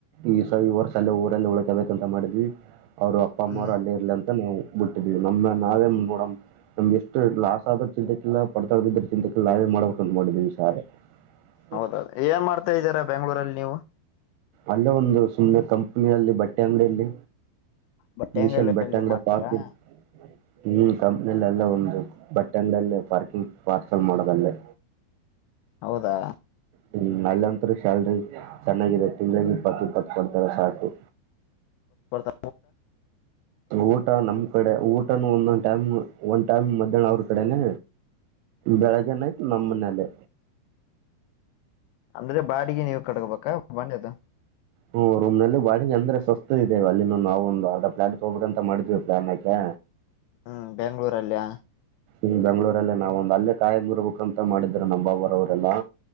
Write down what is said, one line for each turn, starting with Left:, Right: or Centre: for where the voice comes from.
Right: ಈ ಸ ಈ ವರ್ಷಲ್ಲೇ ಊರಲ್ಲ ಉಳ್ಕಬೇಕಂತ ಮಾಡಿದ್ವಿ ಅವರು ಅಪ್ಪ ಅಮ್ಮ
Left: ಹ್ಮ್
Right: ಅವ್ರು ಅಲ್ಲೇ ಇರ್ಲಿ ಅಂತ ನಾವು ಬಿಟ್ಟಿದೀವಿ ನಮ್ಮ ನಾವೇ ಮುಂದ್ಬೋಡ ನಮ್ಗೆ ಎಷ್ಟ ಲಾಸ್ ಆದ ಚಿಂತೆಕಲ್ಲ ಪಡ್ತಾಡದಿದ್ರ ಚಿಂತೆಕಲ್ಲ ನಾವೇ ಮಾಡಬೇಕಂತ ಮಾಡಿದ್ವಿ ವಿಷಾರ ಹ
Left: ಹೌದೌದು ಏನ್ ಮಾಡ್ತಾ ಇದ್ದೀರಾ ಬೆಂಗ್ಗಳೂರಲ್ಲಿ ನೀವು
Right: ಅಲ್ಲೇ ಒಂದು ಸುಮ್ಮ್ನೆ ಕಂಪ್ನಿ ಅಲ್ಲಿ ಬಟ್ಟೆ ಅಂಗಡಿಯಲ್ಲಿ
Left: ಬಟ್ಟೆ
Right: ಮಿಷನ್
Left: ಅಂಗಡಿಯಲ್ಲಿ
Right: ಬಟ್ಟಂಗಡ
Left: ಮಾಡ್ತೀರಾ
Right: ಪಾರ್ಕಿ ಹ್ಮ ಕಂಪ್ನಿಲ್ಲ ಒಂದು ಬಟ್ಟೆಂಗಲ್ಲ ಪಾರ್ಕಿಂಗ್ ಪಾರ್ಸಲ್ ಮಾಡೋದಲ್ಲೇ
Left: ಹೌದಾ
Right: ಹ್ಮ ಅಲ್ಲಂತರು ಶಲ್ರಿ ಚೆನ್ನಾಗಿದೆ ತಿಂಗಳಾಗಿ ಬತ್ತಿ ಪಟ್ ಕೊಡ್ತಾರೆ ಸಾಕು
Left: ಡ್ತ
Right: ಊಟ ನಮ್ ಕಡೆ ಊಟನುೂ ಒಂದೊಂದ್ ಟೈಮ್ ಒಂದ್ ಟೈಮ್ ಮಧ್ಯಾಹ್ನ ಅವ್ರ ಕಡೆನೆ ಬೆಳಗ್ಗೆನ ಆಯ್ತು ನಮ್ಮ್ ಮನೇಲೆ
Left: ಅಂದ್ರೆ ಬಾಡಿಗೆ ನೀವು ಕಡ್ಕೋಬೇಕಾ ಬಂಡ ಅದು
Right: ಹ್ಮ ರೂಮ್ ನಲ್ಲಿ ಬಾಡಿಗೆ ಅಂದ್ರೆ ಸಸ್ತದ ಇದೇವ ಅಲ್ಲಿಂದ ನಾವವು ಒಂದು ಅರ್ಧ ಪ್ಲಾಟ್ ತಗೋಬಿ ಅಂತ ಮಾಡಿದೀವಿ ಪ್ಲಾನ್ಾಕೆ
Left: ಹ್ಮ್ ಬೆಂಗ್ಳೂರಲ್ಲಿಯ
Right: ಈ ಬೆಂಗಳೂರಲ್ಲೇ ನಾವ್ ಒಂದು ಅಲ್ಲೇ ಕಾಯ ಬರ್ಬೇಕುಕ್ ಅಂತ ಮಾಡಿದ್ರ ನಮ್ಮ್ಾಬರವರೆಲ್ಲಾ